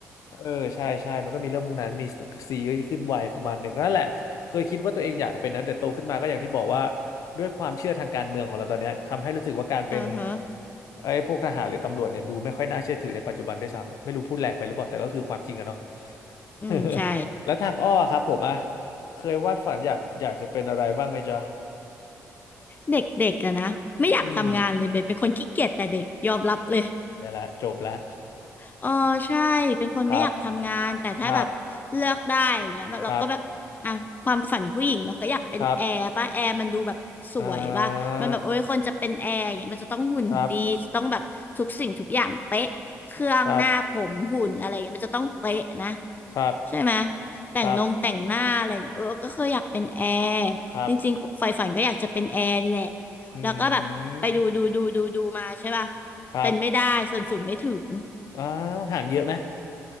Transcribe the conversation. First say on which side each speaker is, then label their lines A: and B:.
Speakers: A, on the left (about 75°); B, on the left (about 30°).
A: เออใช่ใช่มันก็มีเรื่องพวกนั้นมีซีก็ขึ้นไวประมาณหนึ่งก็นั่นแหละเคยคิดว่าตัวเองอยากเป็นนั้นแต่โตขึ้นมาก็อย่างที่บอกว่าด้วยความเชื่อทางการเมืองของเราตอนเนี้ยทำให้รู้สึกว่าการเป็น
B: เออฮะ
A: ไอ้พวกทหารหรือตำรวจเนี่ยดูไม่ค่อยน่าเชื่อถือในปัจจุบันด้วยซ้ำไม่รู้พูดแรงไปหรือเปล่าแต่ก็คือความจริงอะเนาะ
B: อืม
A: <laughs>
B: ใช่
A: แล้วทางอ้อครับผมอะเคยวาดฝันอยากอยากจะเป็นอะไรบ้างไหมจ๊ะ
B: เด็ก ๆอะนะ ไม่อยากทำงานเลยเบนเป็นคนขี้เกียจแต่เด็กยอมรับเลย
A: อืมเนี่ยละจบละ
B: เออใช่เป็นคนไม่อยากทำงานแต่ถ้าแบบเลือกได้อย่างเงี้ยแบบเราก็แบบอ่ะความฝันผู้หญิงเนาะก็อยากเป็นแอร์ป่ะแอร์มันดูแบบสวยป่ะมันแบบโอ้ยคนจะเป็นแอร์อย่างเงี้ยมันจะต้องหุ่นดีจะต้องแบบทุกสิ่งทุกอย่างเป๊ะเครื่องหน้าผมหุ่นอะไรเงี้ยมันจะต้องเป๊ะนะ
A: <laughs> ครับครับครับครับอ่าครับครับครับ
B: ใช่ไหมแต่งนงแต่งหน้าอะไรอย่างเงี้ยเออก็เคยอยากเป็นแอร์จริงๆใฝ่ฝันก็อยากจะเป็นแอร์นี่แหละ
A: ครับครับอื
B: แล้วก็แบบไปดูดูดูดูดูมาใช่ป่ะ
A: มครับ
B: เป็นไม่ได้ส่วนสูงไม่ถึง
A: อ้าวห่างเยอะไหม